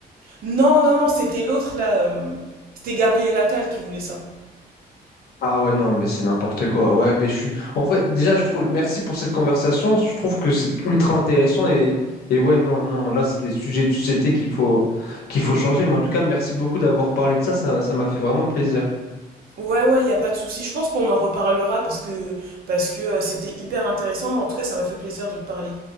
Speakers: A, on the right; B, on the left.
A: Non, non, non, c'était l'autre, là. euh, C'était Gabriel Attal qui voulait ça.
B: Ah ouais, non, mais c'est n'importe quoi. Ouais, mais je suis. En vrai, déjà, je trouve. Merci pour cette conversation. Je trouve que c'est ultra intéressant et. Et ouais, non, non, là, c'est des sujets de société qu'il faut, qu'il faut changer. Mais en tout cas, merci beaucoup d'avoir parlé de ça. Ça, ça m'a fait vraiment plaisir.
A: Ouais, ouais, il a pas de souci. Je pense qu'on en reparlera parce que parce que euh, c'était hyper intéressant, mais en tout cas, ça m'a fait plaisir de te parler.